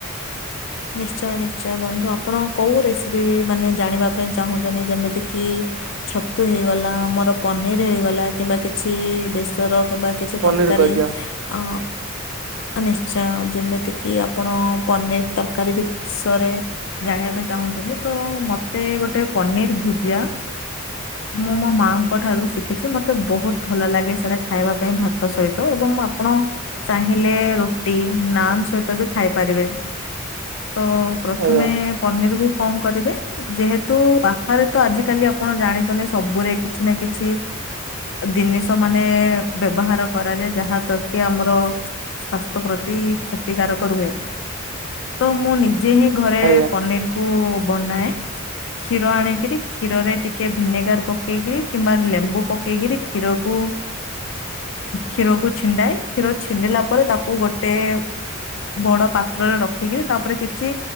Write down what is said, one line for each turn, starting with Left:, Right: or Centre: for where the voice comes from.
Left: ନିଶ୍ଚୟ ନିଶ୍ଚୟ, ବନ୍ଧୁ ଆପଣ କୋଉ ରେସିପି ମାନେ ଜାଣିବା ପାଇଁ ଚାହୁଁଛନ୍ତି ଯେମିତି କିି ଛତୁ ହେଇଗଲା, ଆମର ପନିର ହେଇଗଲା, କିମ୍ବା କିଛି ବେସର କିମ୍ବା କିଛି
Right: ପନିର
Left: ତରକାରୀ
Right: କହିଦିଅ
Left: ଅ ନିଶ୍ଚୟ, ଯେମିତି କିି ଆପଣ ପନିର ତରକାରୀ ବିଷରେ ଜାଣିବା ପାଇଁ ଚାହୁଁଛନ୍ତି ତ ମତେ ଗୋଟେ ପନିର ଭୁଜିଆ ମୁଁ ମୋ ମାଆଙ୍କ ଠାରୁ ଶିଖିଛି। ମତେ ବହୁତ ଭଲ ଲାଗେ ସେଟା ଖାଇବା ପାଇଁ ଭାତ ସହିତ, ଏବଂ ଆପଣ ଚାହିଁଲେ ରୁଟି ନାନ୍ ସହିତ ବି ଖାଇପାରିବେ। ତ ପ୍ରଥମେ
Right: ଆଜ୍ଞା
Left: ପନିର୍ କୁ କଣ କରିବେ, ଯେହେତୁ ପାଖରେ ତ ଆଜିକାଲି ଆପଣ ଜାଣିଛନ୍ତି ସବୁରେ କିଛି ନା କିଛି ଜିନିଷ ମାନେ ବ୍ୟବହାର କରାଯାଏ ଯାହାତାର କି ଆମର ସ୍ଵାସ୍ଥ୍ୟ ପ୍ରତି କ୍ଷତିକାରକ ରୁହେ। ତ ମୁଁ ନିଜେ ହିଁ ଘରେ
Right: ଆଜ୍ଞା
Left: ପନିର କୁ ବନାଏ। କ୍ଷୀର ଆଣିକିରି କ୍ଷୀରରେ ଟିକିଏ ଭିନେଗାର ପକେଇକିରି କିମ୍ବା ଲେମ୍ବୁ ପକେଇକିରି କ୍ଷୀରକୁ
Right: ହ <inaudible>
Left: କ୍ଷୀରକୁ ଛିଣ୍ଡାଏ, କ୍ଷୀର ଛିଣ୍ଡିଲା ପରେ ତାକୁ ଗୋଟେ ବଡ଼ ପାତ୍ରରେ ରକ୍ ରଖିକିରି ତାପରେ କିଛି